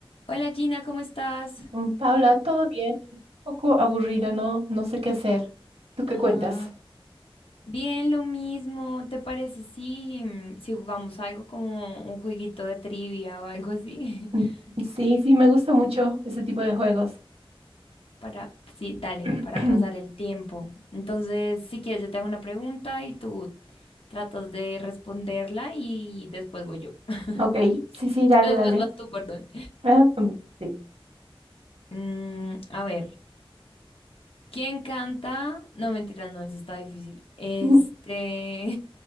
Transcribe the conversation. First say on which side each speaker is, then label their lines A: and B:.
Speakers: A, on the left; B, on the right.
A: Hola Gina, ¿cómo estás?
B: Mm, Paula, todo bien, un poco aburrida, no, no sé qué hacer. ¿Tú qué
A: Ah,
B: cuentas?
A: bien, lo mismo. ¿Te parece si, mm, si jugamos algo como un jueguito de trivia o algo así?
B: Mm,
A: <laughs>
B: Sí, sí, me gusta mucho ese tipo de juegos.
A: Para, sí, dale,
B: <clears throat>
A: para pasar el tiempo. Entonces, si quieres, yo te hago una pregunta y tú tratas de responderla y después voy yo. <laughs>
B: Ok, sí, sí, dale,
A: Después
B: dale.
A: vas tú, perdón.
B: Ah, mm, sí.
A: Mm, a ver, ¿quién canta? No, mentira, no, eso está difícil. Este,
B: Ujú.